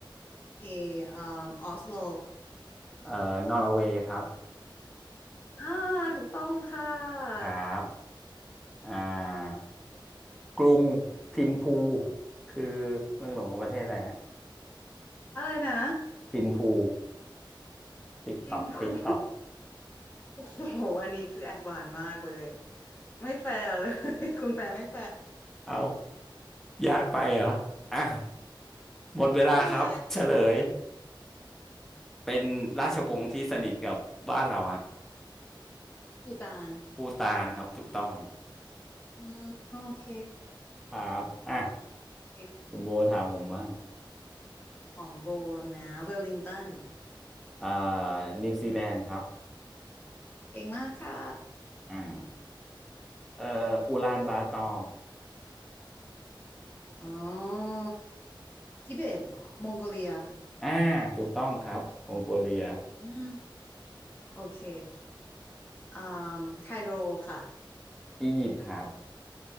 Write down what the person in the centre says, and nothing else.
เอ่อนอร์เวย์ครับ
ครับอ่ากรุงทิมพูคือเมืองหลวงของประเทศอะไรฮะ
ทิมพูติ๊กตอกติ๊กตอก
<laughs> เอายากไปเหรออ่ะหมดเวลาครับเฉลย
เป็นราชวงศ์ที่สนิทกับบ้านเราฮะ
ปูตานครับถูกต้อง
ครับอ่ะ
คุณโบถามผมบ้าง
อ่านิวซีแลนด์ครับ
อ่าเอ่ออูลานบาตอร์
อ่าถูกต้องครับมองโกเลีย
อียิปต์ครับ